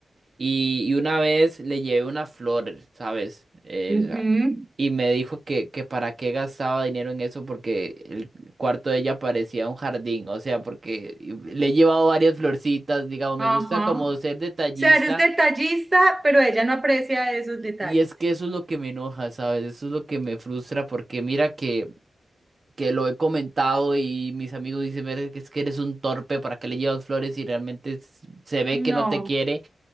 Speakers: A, on the right (about 35°); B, on the right (about 20°).
A: Y, y una vez le llevé una flor, ¿sabes? Eh,
B: ujú,
A: y me dijo que, que para qué gastaba dinero en eso porque el cuarto de ella parecía un jardín, o sea, porque le he llevado varias florcitas, digamos,
B: Ajá.
A: me gusta como ser detallista
B: sea, eres detallista, pero ella no aprecia esos
A: y
B: detalles.
A: es que eso es lo que me enoja, ¿sabes? Eso es lo que me frustra porque mira que, que lo he comentado y mis amigos dicen, "Ver, es que eres un torpe, ¿para qué le llevas flores y realmente s- se ve que
B: No,
A: no te quiere?